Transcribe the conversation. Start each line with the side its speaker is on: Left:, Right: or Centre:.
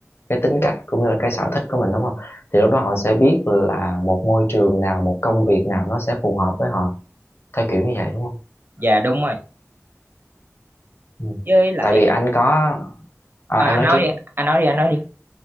Left: cái tính cách cũng như là cái sở thích của mình đúng không thì lúc đó họ sẽ biết là một môi trường nào một công việc nào nó sẽ phù hợp với họ theo kiểu như vậy đúng không
Right: dạ đúng rồi
Left: ừ.
Right: với lại
Left: tại vì anh có à,
Right: à,
Left: em
Right: anh
Left: nói
Right: nói
Left: trước
Right: đi
Left: đi.
Right: anh nói đi anh nói đi